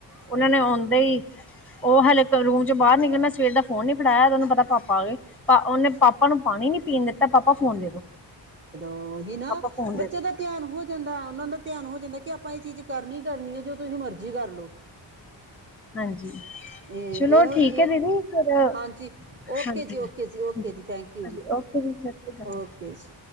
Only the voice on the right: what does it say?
ਅ ਉਹੀ ਨਾ
ਬੱਚਿਆਂ
ਦਾ ਧਿਆਨ ਹੋ ਜਾਂਦਾ ਉਹਨਾਂ ਦਾ ਧਿਆਨ ਹੋ ਜਾਂਦਾ ਕਿ ਆਪਾਂ ਇਹ ਚੀਜ਼ ਕਰਨੀ ਈ ਕਰਨੀ ਆ ਜੋ ਤੁਸੀਂ ਮਰਜ਼ੀ ਕਰ ਲੋ।
ਇਹ
ਇਹ ਅ
ਇਹ
ਹਾਂਜੀ ਓਕੇ
ਜੀ
ਓਕੇ ਜੀ ਓਕੇ ਜੀ
ਥੈਂਕ ਯੂ ਜੀ,
ਓਕੇ ਜੀ।